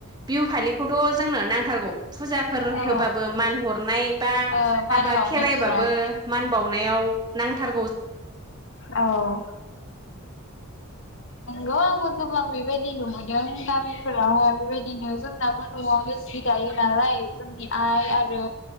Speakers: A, on the right; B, on the left.
A: बिहु फालिखौथ जोंनो नांथारगौ फुजाफोर
B: औ
A: होबाबो मान हरनाय बा
B: ओ मान
A: हाबा
B: बावनायफोराव
A: खेराइबाबो मान बावनायाव नांथार
B: औ नोंगौ आंबो गोबां बेबायदि नुबोदों गामिफोरावहाय बेबायदिनो जोंनाबो न'आवनो जि दायो नालाय जोंनि आइ आरो